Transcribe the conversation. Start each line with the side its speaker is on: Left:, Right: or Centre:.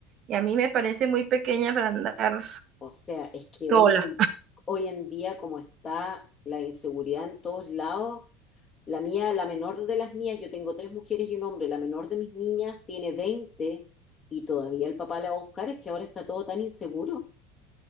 Right: y a mí me parece muy pequeña para andar
Left: O sea, es que
Right: sola.
Left: hoy en, hoy en día, como está la inseguridad en todos lados, La mía, la menor de las mías, yo tengo tres mujeres y un hombre, la menor de mis niñas tiene 20 y todavía el papá la va a buscar, es que ahora está todo tan inseguro.